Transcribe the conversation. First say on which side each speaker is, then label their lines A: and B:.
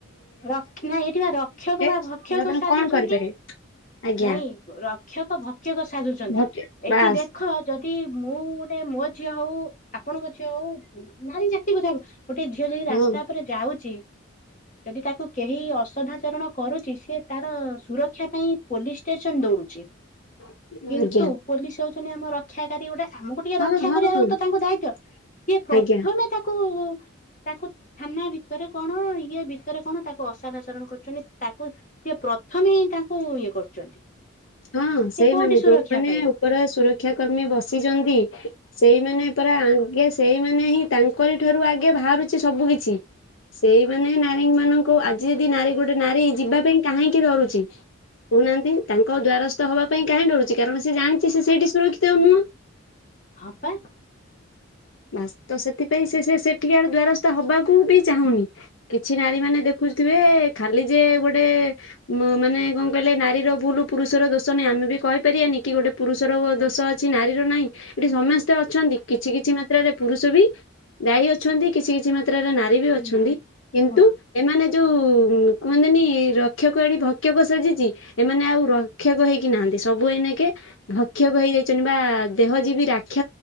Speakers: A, on the left; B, on the left.
A: ର ନାଇଁ ଏଠିବା ରକ୍ଷକ ବା
B: ତାହେଲେ
A: ଭକ୍ଷକ
B: ଆପଣ
A: ସାଜୁଛନ୍ତି
B: କଣ କରିପାରିବେ ଆଜ୍ଞା।
A: ନାଇଁ ର ରକ୍ଷକ ଭକ୍ଷକ ସାଜୁଛନ୍ତି
B: ଭକ୍
A: ଏଠି
B: ବାସ୍
A: ଦେଖ ଯଦି ତି ମୁଁ ଗୋଟେ ମୋ ଝିଅ ହଉ ଆପଣଙ୍କ ଝିଅ ହଉ ନାରୀ ଜାତି କଥା ହଉ ଗୋଟେ ଝିଅ ଯଦି ରାସ୍ତା
B: ହଁ
A: ଉପରେ ଯାଉଚି ଯଦି ତାକୁ କେହି ଅସଧାଚରଣ କରୁଚି ସେ ତାର ସୁରକ୍ଷା ପାଇଁ ପୋଲିସ ଷ୍ଟେସନ ଦୌଡୁଚି।
B: ଆଜ୍ଞା
A: କିନ୍ତୁ ପୋଲିସ ହଉଛନ୍ତି ଆମ ରକ୍ଷାକାରୀ ଗୁଡା ଆମକୁ ଟିକେ
B: ହଁ
A: ରକ୍ଷା କରିବାର
B: ହଁ
A: ତ ତାଙ୍କୁ ଦାୟିତଵ ସିଏ ପ୍ରଥମେ
B: ଆଜ୍ଞା
A: ତାକୁ ତାକୁ ଥାନା ଭିତରେ କଣ ଇଏ ବିିଲ ଭିତରେ କଣ ତାକୁ ଅସାଧାଚରଣ କରୁଛନ୍ତି ତାକୁ ସିଏ ପ୍ରଥମେ ହିଁ ତାକୁ ଇଏ କରୁଛନ୍ତି।
B: ହଁ
A: ସେ
B: ସେଇମାନେ
A: କୋଉଠି ସୁରକ୍ଷା
B: ଯୋଉମାନେ
A: ପାଇବ
B: ଉପରେ ସୁରକ୍ଷା କର୍ମୀ ବସିଛନ୍ତି ସେଇମାନେ ପରା ଆଙ୍ଗେ ସେଇମାନେ ହିଁ ତାଙ୍କରି ଠାରୁ ଆଗେ ବାହାରୁଛି ସବୁ କିିଛି। ସେଇମାନେ ନାରୀ ମାନଙ୍କୁ ଆଜି ଯଦି ନାରୀ ଗୁଡେ ଗୋଟେ ନାରୀ ଯିବା ପାଇଁ କାହିଁକି ଡରୁଛି କହୁନାହାନ୍ତି ତାଙ୍କ ଦ୍ଵାରସ୍ଥ ହବା ପାଇଁ କାହିଁ ଡରୁଛି କାରଣ ସେ ଜାଣିଛି ସେଇଠି ସୁରକ୍ଷିତ ନୁହଁ।
A: ହଁ ପା।
B: ବାସ୍ ତ ସେଥିପାଇଁ ସେ ସେଠିକି ଆ ଦ୍ଵାରସ୍ଥ ହବାକୁ ବି ଚାହୁଁନି କିଛି ନାରୀ ମାନେ ଦେଖୁଥିବେ ଏ ଖାଲି ଯେ ଗୋଟେ ମାନେ କଣ କହିଲେ ନାରୀର ଭୁଲ୍ ପୁରୁଷର ଦୋଷ ନାହିଁ ଆମେ ବି କହିପାରିବାନି କି ଗୋଟେ ପୁରୁଷର ଦୋଷ ଅଛି ନାରୀର ନାହିଁ ଏଠି ସମସ୍ତେ ଅଛନ୍ତି କିଛି କିଛି ମାତ୍ରାରେ ପୁରୁଷ ବି ଗାଈ ଅଛନ୍ତି କିଛି କିଛି ମାତ୍ର ମାତ୍ରା ରେ ନାରୀ ବି ଅଛନ୍ତି
A: ନାରୀ ଶୁଣ
B: କିନ୍ତୁ ଏମାନେ ଯୋଉ କୁହନ୍ତିନି ରକ୍ଷକଏଠି ଭକ୍ଷକ ସାଜିଛି ଏମାନେ ଆଉ ରକ୍ଷକ ହେଇକି ନାହାନ୍ତି ସବୁ ଏନା କେ ଭକ୍ଷକ ହେଇଯାଇଛନ୍ତି ବା ଦେହ ଯୀ ବିି ରାକ୍ଷ